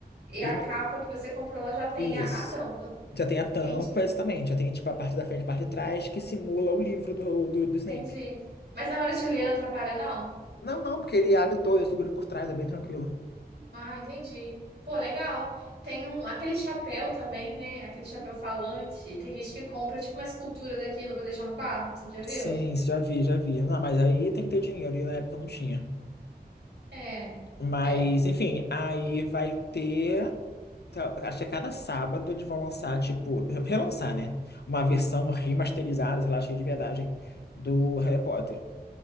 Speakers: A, on the right; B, on the left.
A: E
B: Ele
A: a
B: não-
A: capa que você comprou, ela já tem
B: isso.
A: a, a tampa.
B: Já tem a tampa,
A: Entendi,
B: exatamente. Já tem tipo a parte da frente e a parte de trás que simula o livro do, do, do
A: entendi.
B: Snape.
A: Mas na hora de ler não atrapalha, não?
B: Não, não, porque ele abre todo, ele segura por trás, é bem tranquilo.
A: Ah, entendi. Pô, legal. Tem um, aquele chapéu também, né? Aquele chapéu falante. Tem gente que compra tipo uma escultura daquilo pra deixar no quarto, já viu?
B: Sim, já vi, já vi. Não, mas aí tem que ter dinheiro, e na época não tinha.
A: É,
B: Mas,
A: é.
B: enfim, aí vai ter. tá, Acho que a cada sábado eles vão lançar, tipo, re- relançar, né? Uma versão remasterizada, sei lá, cheia de verdade, do Harry Potter.